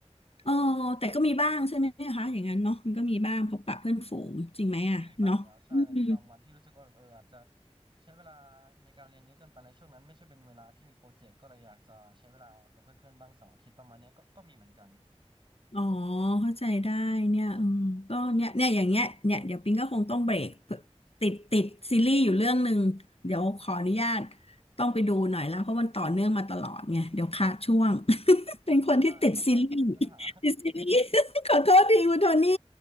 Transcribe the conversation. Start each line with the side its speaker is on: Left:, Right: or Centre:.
Left: เออแต่ก็มีบ้างใช่ไหมคะอย่างนั้นเนาะมันก็มีบ้างพบปะเพื่อนฝูงจริงไหมอะเนาะอืม
Right: ก็มีบ้างอยู่แล้วใช่ในบางวันที่รู้สึกว่าแบบเอออาจจะใช้เวลาในการเรียนเยอะเกินไปในช่วงนั้นไม่ใช่เป็นเวลาที่มีโปรเจกต์ก็เลยอยากจะใช้เวลากับเพื่อนๆบ้างเสาร์อาทิตย์ประมาณเนี้ยก็ก็มีเหมือนกัน
Left: อ๋อเข้าใจได้เนี่ยอืมก็เนี่ยเนี่ยอย่างเงี้ยเนี่ยเดี๋ยวปิงก็คงต้องเบรกติดติดซีรีส์อยู่เรื่องหนึ่งเดี๋ยวขออนุญาตต้องไปดูหน่อยแล้วเพราะมันต่อเนื่องมาตลอดไงเดี๋ยวขาดช่วง <laughs> เป็นคนที่ติดซีรีส์
Right: ได้ครับได้ครับไม่เป็นปัญหา
Left: ติดซีรีส์ <laughs> ขอโทษทีคุณโทนี่